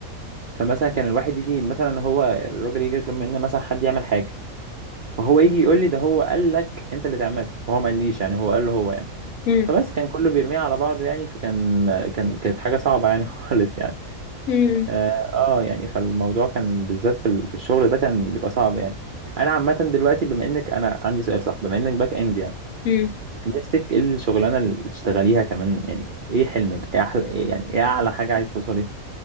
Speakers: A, on the right (about 70°); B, on the left (about 80°).
A: فمثلا كان الواحد يجي مثلا هو الراجل يجي يطلب منا مثلا حد يعمل حاجه فهو يجي يقول لي ده هو قال لك انت اللي تعملها وهو ما قاليش يعني هو قال له هو يعني
B: مم.
A: فبس كان كله بيرميها على بعضه يعني فكان كان كانت حاجه صعبه يعني <laughs> خالص يعني
B: مم.
A: اه آه، يعني فالموضوع كان بالذات في ال- في الشغل ده كان بيبقى صعب يعني انا عامه دلوقتي بما انك انا عندي سؤال صح بما انك باك اند يعني
B: مم.
A: نفسك ايه الشغلانه اللي تشتغليها كمان يعني ايه حلمك ايه احلى إيه يعني ايه اعلى حاجه عايز توصليها